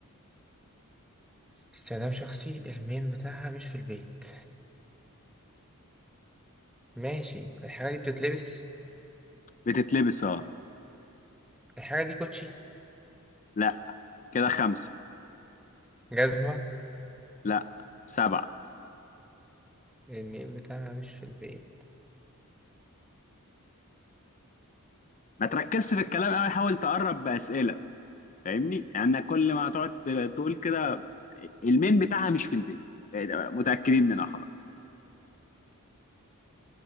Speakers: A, in the centre; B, on the left.
A: استخدام شخصي المين بتاعها مش في البيت ماشي الحاجة دي بتتلبس
B: بتتلبس اه
A: الحاجة دي كوتشي
B: لا كده خمسه
A: جزمة
B: لا سبعه
A: الميم بتاعها مش في البيت
B: ما تركزش في الكلام قوي حاول تقرب باسئله فاهمني يعني كل ما هتقعد ت- تقول كده المين بتاعها مش في البيت إيه ده، متاكدين منها خلاص